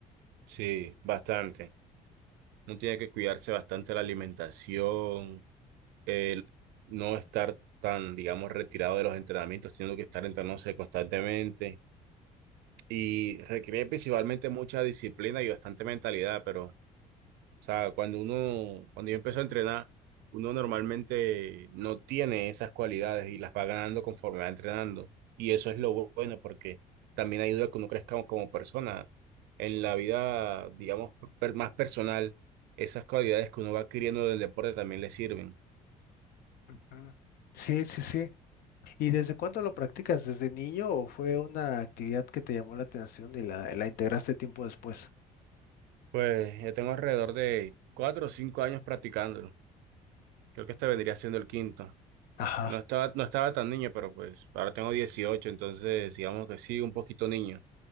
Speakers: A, on the right; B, on the left.
A: Sí, bastante. Uno tiene que cuidarse bastante la alimentación, el no estar tan, digamos, retirado de los entrenamientos, teniendo que estar entrenándose constantemente y requiere principalmente mucha disciplina y bastante mentalidad, pero, o sea, cuando uno, cuando yo empecé a entrenar, uno normalmente no tiene esas cualidades y las va ganando conforme va entrenando y eso es lo bueno porque también ayuda a que uno crezca como persona. En la vida, digamos, per- más personal, esas cualidades que uno va adquiriendo del deporte también le sirven.
B: Ujú. Sí, sí, sí. ¿Y desde cuándo lo practicas? ¿Desde niño o fue una actividad que te llamó la atención y la, la integraste tiempo después?
A: Pues yo tengo alrededor de cuatro o cinco años practicándolo. Creo que este vendría siendo el quinto.
B: Ajá.
A: No estaba, no estaba tan niño, pero pues ahora tengo 18, entonces digamos que sí, un poquito niño,